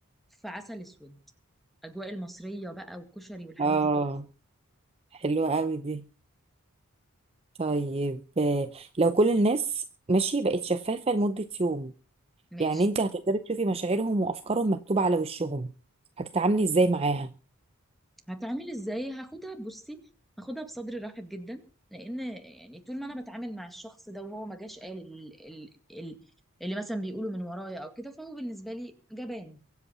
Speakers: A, in the centre; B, on the right.
A: في عسل اسود اجواء المصرية بقى والكشري والحاجات
B: اه
A: دي تحفة
B: حلوة قوي دي طيب آه، لو كل الناس ماشي بقت شفافة لمدة يوم
A: ماشي
B: يعني انتي هتقدري تشوفي مشاعرهم وافكارهم مكتوبة على وشهم هتتعاملي ازاي معاها
A: هتعمل ازاي هاخدها بصي هاخدها بصدر رحب جدا لان يعني طول ما انا بتعامل مع الشخص ده وهو ما جاش قال ال- ال- ال- اللي مثلا بيقوله من ورايا او كده فهو بالنسبه لي جبان